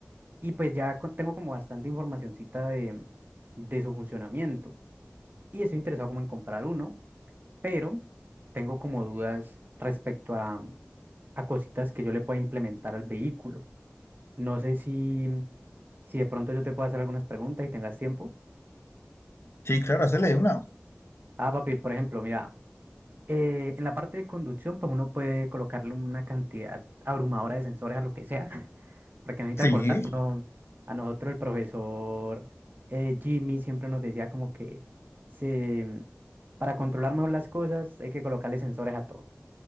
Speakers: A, on the right (about 45°); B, on the left (about 70°).
A: Y pues ya co- tengo como bastante informacioncita de, de su funcionamiento y estoy interesado como en comprar uno, pero tengo como dudas respecto a a cositas que yo le pueda implementar al vehículo. No sé si, si de pronto yo te puedo hacer algunas preguntas y tengas tiempo.
B: Sí, claro, hacerle de una.
A: Ah, papi, por ejemplo, mira, eh, en la parte de conducción, pues uno puede colocarle una cantidad abrumadora de sensores a lo que sea, <laughs> porque no necesita
B: Sí,
A: acordar. A nosotros el profesor eh, Jimmy siempre nos decía como que se, para controlar mejor las cosas hay que colocarle sensores a todo,